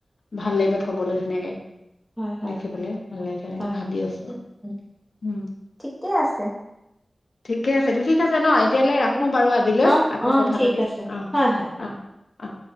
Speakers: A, on the left (about 80°); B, in the centre.
A: ভাল লাগিব থবলৈ ধুনীয়াকে।
B: হয় হয়
A: দেখিবলে
B: হয়
A: ভাল লাগছে এনেকে,
B: হয়
A: ভাবি আছো।
B: উম
A: উম
B: ঠিকে আছে
A: ঠিকে আছে দে। ঠিক আছে নয় এতিয়ালৈ ৰাখো
B: উম
A: বাৰু আজিলৈ।
B: অহ
A: আকৌ
B: অহ
A: কথা
B: ঠিক
A: পাতিম।
B: আছে
A: অ'
B: হয় হয় হয়
A: অ'। অহ